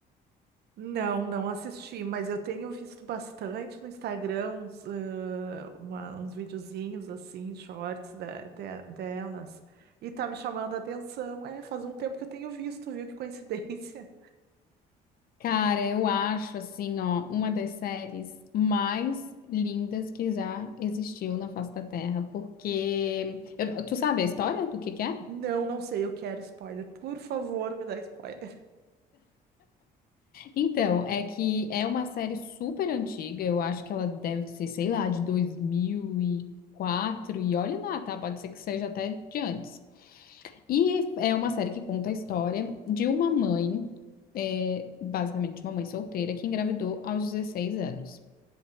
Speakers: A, on the right; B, on the left.
A: Não, não assisti, mas eu tenho visto bastante no Instagram uns, ãh, uma- uns videozinhos assim, shorts da- de- delas. E tá me chamando a atenção. É, faz um tempo que eu tenho visto, viu? Que coincidência.
B: Cara, eu acho assim, ó, uma das séries mais lindas que já existiu na face da Terra, porque eu- tu sabe a história do que que é?
A: Não, não sei, eu quero spoiler. Por favor, me dá spoiler.
B: Então, é que é uma série super antiga, eu acho que ela deve ser, sei lá, de 2004, e olhe lá, tá? Pode ser que seja até de antes. E é uma série que conta a história de uma mãe, é, basicamente uma mãe solteira, que engravidou aos 16 anos.